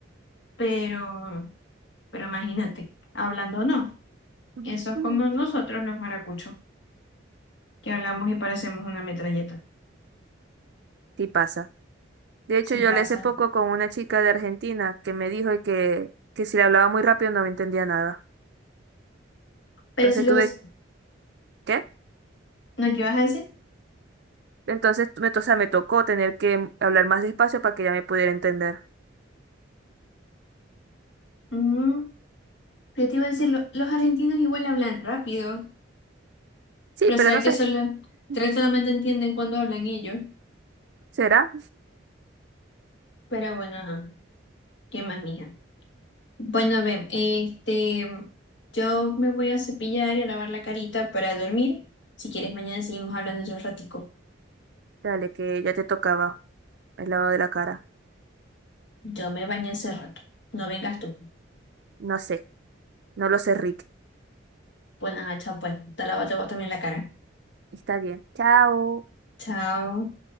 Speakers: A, on the left; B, on the right.
A: Pero, pero imagínate, hablando no.
B: Ujú.
A: Eso es como nosotros los maracuchos, que hablamos y parecemos una metralleta.
B: Sí pasa. De hecho,
A: Sí
B: yo
A: pasa.
B: le hace poco con una chica de Argentina que me dijo que, que si le hablaba muy rápido no me entendía nada.
A: Pero
B: Entonces
A: si los...
B: tuve... ¿Qué?
A: ¿No qué ibas a decir?
B: Entonces, me, to- o sea, me tocó tener que hablar más despacio para que ella me pudiera entender.
A: Mm, yo te iba a decir, lo- los argentinos igual hablan rápido,
B: Sí,
A: pero
B: pero
A: será
B: no
A: que
B: sé.
A: solo
B: Ujú.
A: tres solamente entienden cuando hablan ellos.
B: ¿Será?
A: Pero bueno, ajá. ¿Qué más, mija? Bueno, ven, este, yo me voy a cepillar y a lavar la carita para dormir. Si quieres, mañana seguimos hablando otro ratico.
B: Dale, que ya te tocaba el lavado de la cara.
A: Yo me bañé hace rato. No vengas tú.
B: No sé. No lo sé, Rick.
A: Bueno, ajá, chao pues. Te lávate vos también la cara.
B: Está bien. Chao.
A: Chao.